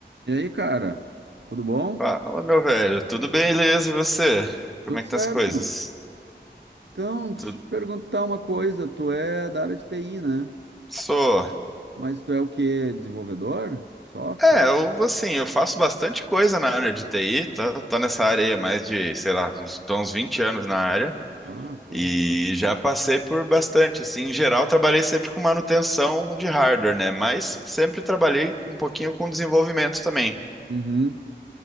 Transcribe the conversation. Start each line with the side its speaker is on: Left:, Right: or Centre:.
Right: E aí, cara? Tudo bom?
Centre: Fala, meu velho. Tudo bem, beleza? E você?
Right: Tudo
Centre: Como é que
Right: certo.
Centre: tá as coisas?
Right: Então, deixa
Centre: Tudo...
Right: eu te perguntar uma coisa. Tu é da área de TI, né?
Centre: Sou.
Right: Mas tu é o quê? Desenvolvedor? Software?
Centre: É, eu assim, eu faço bastante coisa na área de TI, tô, tô nessa área aí há mais de, sei lá, uns, tô uns 20 anos na área
Right: Ah, pô.
Centre: e
Right: ah.
Centre: já passei por bastante, assim, em geral trabalhei sempre com manutenção de hardware, né? Mas sempre trabalhei um pouquinho com desenvolvimento também.
Right: Uhum.